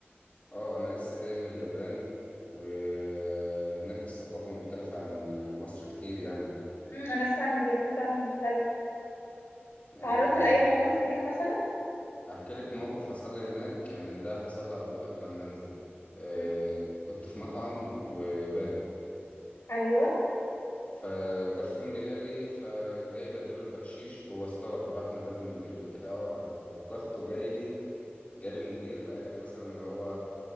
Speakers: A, on the left; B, on the left.
A: اه انا لسه جاي من اليابان وهناك الثقافة مختلفة عن مصر كتير يعني
B: امم انا اسمع ان اليابان فعلا مختلفة
A: يعني
B: تعرضت لأي
A: هحكي
B: مواقف هناك مثلا
A: هحكي لك موقف حصل لي هناك يعني ده حصل لي على طول قبل ما انزل أه
B: امم
A: كنت في مطعم وباكل
B: ايوه
A: فالجرسون جاي لي فجاي بديله البقشيش هو استغرب راح نادى المدير بتاعه انا فكرته جاي لي جاب المدير لاجل مثلا اللي هو